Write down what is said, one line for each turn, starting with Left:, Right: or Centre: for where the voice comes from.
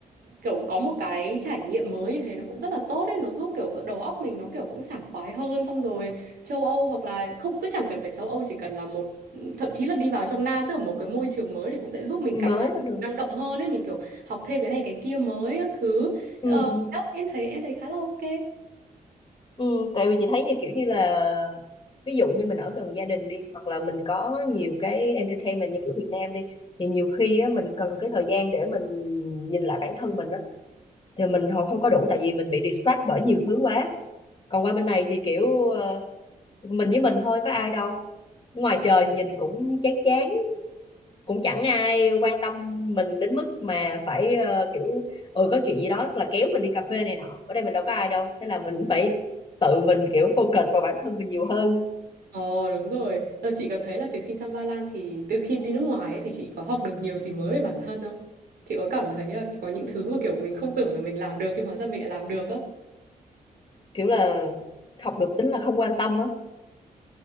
Right: kiểu có một cái trải nghiệm mới như thế nó cũng rất là tốt ấy, nó giúp kiểu cỡ đầu óc mình nó kiểu cũng sảng khoái hơn xong rồi châu Âu hoặc là không cứ chẳng cần phải châu Âu chỉ cần là một thậm chí là đi vào trong Nam tức là một cái môi trường mới thì cũng sẽ giúp mình
Left: mới
Right: cảm giác
Left: là
Right: mình
Left: được
Right: năng động hơn ấy, mình kiểu học thêm cái này cái kia mới các thứ.
Left: ừ.
Right: Ờ, đó, em thấy em thấy khá là ok.
Left: Ừ. tại vì chị thấy như kiểu như là ví dụ như mình ở gần gia đình đi hoặc là mình có nhiều cái entertainment như kiểu Việt Nam đi thì nhiều khi á, mình cần cái thời gian để mình nhìn lại bản thân mình á thì mình họ không có đủ tại vì mình bị distract bởi nhiều thứ quá còn qua bên này thì kiểu ờ, mình với mình thôi có ai đâu ngoài trời thì nhìn cũng chán chán cũng chẳng ai quan tâm mình đến mức mà phải ờ, kiểu ừ có chuyện gì đó là kéo mình đi cà phê này nọ ở đây mình đâu có ai đâu thế là mình phải tự mình kiểu focus vào bản thân mình nhiều hơn
Right: Ờ đúng rồi. Ờ, chị có thấy là từ khi sang Ba Lan thì từ khi đi nước ngoài ấy, thì chị có học được nhiều gì mới về bản thân không? Chị có cảm thấy là có những thứ mà kiểu mình không tưởng là mình làm được nhưng hóa ra mình lại làm được á.
Left: kiểu là học được tính là không quan tâm á